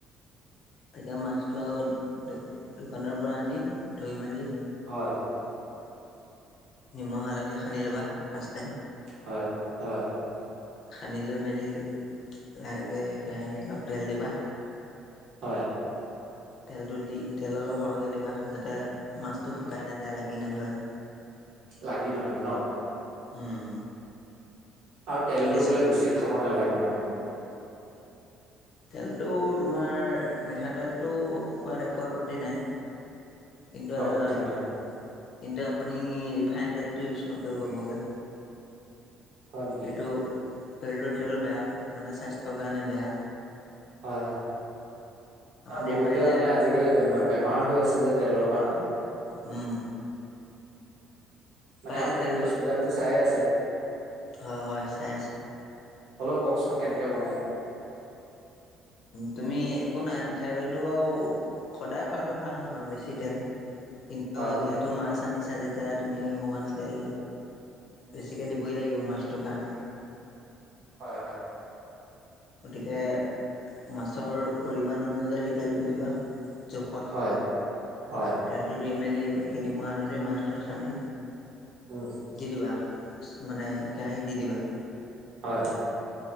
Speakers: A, on the left; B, on the right.
A: তাকে মাছটো আৰু দোকানৰ পৰা আনি, ধুই মেলি
B: হয়।
A: নিমখ হালধি সানি ল'বা ফাৰ্ষ্ট টাইম।
B: হয় হয়।
A: সিনি লৈ মেলি লাহেকে কেৰাহীত অলপ তেল দিবা
B: হয়।
A: তেলটো দি তেল অলপ সৰহকে দিবা, যাতে মাছটো শুকাই নাযায় লাগি নধৰে। <inaudible>
B: লাগি নধৰে ন
A: উম
B: আৰু তেলটো
A: গেছত
B: বোলে বেছি খাব নালাগে মানে
A: তেলটো তোমাৰ মিঠাতেলটো খোৱাদ একো আপত্তি নাই কিন্তু
B: একো
A: আৰু
B: আপত্তি
A: <unintelligible>
B: নাই
A: কিন্তু আপুনি ৰিফাইন তেলটো ইউজ নকৰিব বগা
B: হয় নেকি
A: সেইটো <unintelligible> বেয়া মানে স্বাস্থ্যৰ কাৰণে বেয়া।
B: হয়, হয়
A: আপুনি
B: বহুতে
A: পাৰিলে
B: মানে আজিকালি বেমাৰ বেমাৰ হৈ আছে যে তেলৰ কাৰণে।
A: উম।
B: মানে
A: পাৰিলে
B: আপুনি
A: তেলটো
B: নিউজ বিলাকতো চাই আছে।
A: হয়, হয় চাই আছোঁ।
B: হ'লেও কওকচোন কেনেকে বনাই।
A: তুমি একো নাই মিঠাইতেলটো বাৰু সদায় খোৱাতটো ভাল নহয় বেছি তেল, কিন্তু
B: হয় হয়
A: যিহেতু মাছ আনিছা যে এতিয়া তুমি অকণমান তেল বেছিকে দিবই লাগিব মাছটোৰ কাৰণে।
B: হয়, হয়।
A: গতিকে মাছৰ পৰিমাণ অনুযায়ী তেলটো দিবা জোখত।
B: হয়, হয়।
A: তেলটো দি মেলি ম‌ই আগতে নিমখ হালধি মাছটোত সানি
B: উ।
A: দি দিবা মানে কেৰাহীত দি দিবা।
B: হয়।